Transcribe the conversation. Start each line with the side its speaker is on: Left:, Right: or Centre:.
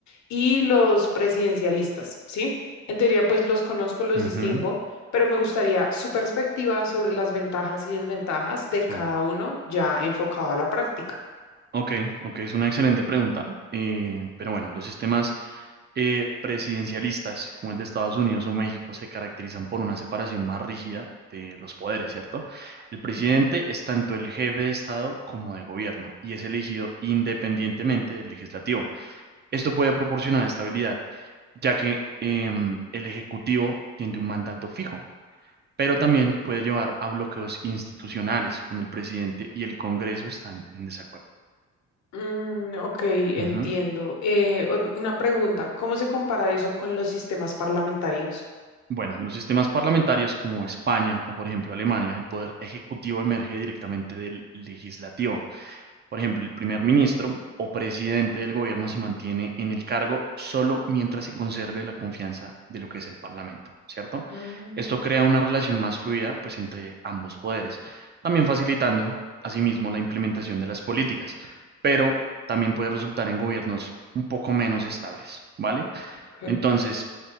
Left: y los presidencialistas, ¿sí? En teoría, pues los conozco, los
Right: Ujú,
Left: distingo, pero me gustaría su perspectiva sobre las ventajas y desventajas de cada
Right: sí.
Left: uno ya enfocado a la práctica.
Right: Ok, ok, es una excelente pregunta. Eh, pero bueno, los sistemas eh, presidencialistas, como el de Estados Unidos o México, se caracterizan por una separación más rígida de los poderes, ¿cierto? El presidente
Left: Ujú,
Right: es tanto el jefe de Estado como de gobierno y es elegido independientemente del legislativo. Esto puede proporcionar estabilidad, ya que em, el ejecutivo tiene un mandato fijo, pero también
Left: ok.
Right: puede llevar a bloqueos institucionales cuando el presidente y el Congreso están en desacuerdo.
Left: Mm, ok, entiendo.
Right: Ujú.
Left: Eh, ot- una pregunta, ¿cómo se compara eso con los sistemas parlamentarios?
Right: Bueno, en los sistemas parlamentarios como España o, por ejemplo, Alemania, el poder ejecutivo emerge directamente del legislativo. Por ejemplo, el primer ministro o presidente del gobierno se mantiene en el cargo solo mientras se conserve la confianza de lo que es el parlamento, ¿cierto?
Left: Mm,
Right: Esto crea una relación más fluida, pues, entre ambos poderes, también facilitando, asimismo, la implementación de las políticas, pero también puede resultar en gobiernos un poco menos estables, ¿vale?
Left: ok,
Right: Entonces,